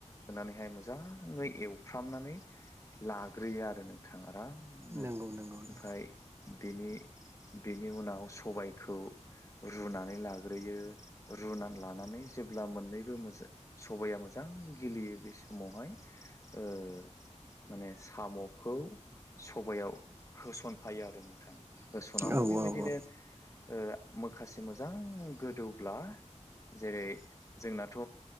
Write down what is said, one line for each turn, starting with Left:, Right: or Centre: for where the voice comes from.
Left: होनानैहाय मोजाङै एवफ्रामनानै लाग्रोयो आरो नोंथाङा आराम गोबनो
Right: नंगौ नंगौ
Left: ओमफ्राय
Right: नंगौ
Left: बेनि बेनि उनाव सबायखौ रुनानै लाग्रोयो रुनानै लानानै जेब्ला मोननैबो मोजां सबाया मोजां मोजां गेब्लेयो बे समावहाय ओ माने साम'खौ सबाय याव होसनफायो आरो नोंथां। होस'नानै
Right: औ
Left: बेबायदिनो
Right: औ
Left: ओ माखासे मोजां गोदौब्ला जेरै जोंनाथ'